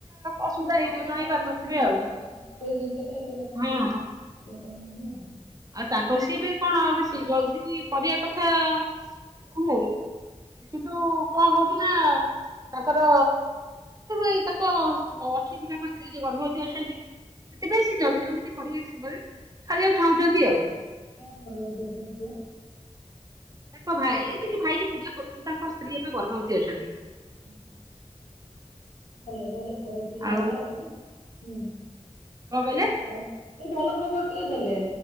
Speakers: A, on the right (about 30°); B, on the left (about 70°).
A: ଅସୁବିଧା
B: ଯେହେତୁ ଘରୋଇ
A: ହେଇଥିବ ଜଣେଇ
B: ଘରୋଇ
A: ପାରୁନଥିବେ
B: ଜିନିଷଟା
A: ଆଉ।
B: ଘରୋଇ ଜିନିଷଟା ଏତେ ଲୋକଙ୍କୁ
A: ହଁ ହଁ।
B: ନୁହେଁ। ଇଏ କରିଦେଲି ଆଉ
A: ଆଉ ତାଙ୍କର ସିଏ ବି କଣ ଏବେ ସେ ଜଲଦି କରିବା କଥା ନୁହେଁ। କିନ୍ତୁ କଣ ହଉଛି ନା? ତାଙ୍କର ଏ ତାଙ୍କ ଅଛନ୍ତି ତାଙ୍କ ସ୍ତ୍ରୀ ଯିଏ ଗର୍ଭବତୀ ଅଛନ୍ତି। ସେଥିପାଇଁ ସେ ଜଲଦି ଜଲଦି ଟିକେ କରି ସିବାକୁ ଚାହୁଁଛନ୍ତି ଆଉ
B: କାହାର ଗର୍ଭବତୀ ଅଛନ୍ତି ସିଏ?
A: ତାଙ୍କ ଭାଇ କିଛି ଭାଇ ଯେ ପୂଜା କରୁଛନ୍ତି ତାଙ୍କ ସ୍ତ୍ରୀ ଏବେ ଗର୍ଭବତୀ ଅଛନ୍ତି।
B: ହୁଁ ହୁଁ। ଭଲ ଭଲ ଖବର ବି ଦେଲେ
A: ଆଉ
B: ଆପଣ ହୁଁ
A: କଣ କହିଲେ
B: ଆଉ। ଏଇ ଭଲ ଖବର ଟିଏ ଦେଲେ